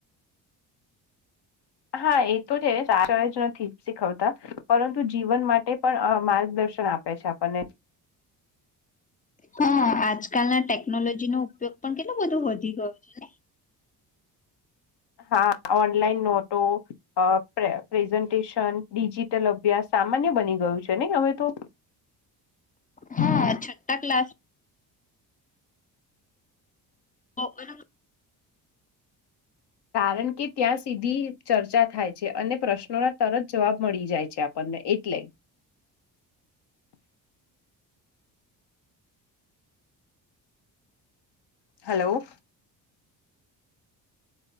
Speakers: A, on the left (about 55°); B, on the left (about 20°).
A: હા એ તો છેચ જ નથી શીખવતા પરંતુ જીવન માટે પણ અ માર્ગદર્શન આપે. આપે છે આપણને.
B: હા આજકાલના ટેકનોલોજી નો ઉપયોગ પણ કેટલું બધું વધી ગયો છે.
A: હા ઓનલાઈન નોટો, અ પ્રે પ્રેઝન્ટેશન, ડિજિટલ અભ્યાસ. સામાન્ય બની ગયું છે નહી હવે તો.
B: હા છઠ્ઠા ક્લાસ ઓ બરાબર.
A: કારણ કે ત્યાં સીધી ચર્ચા થાય છે અને પ્રશ્નોના તરત જવાબ મળી જાય છે આપ આપણને એટલે. Hello.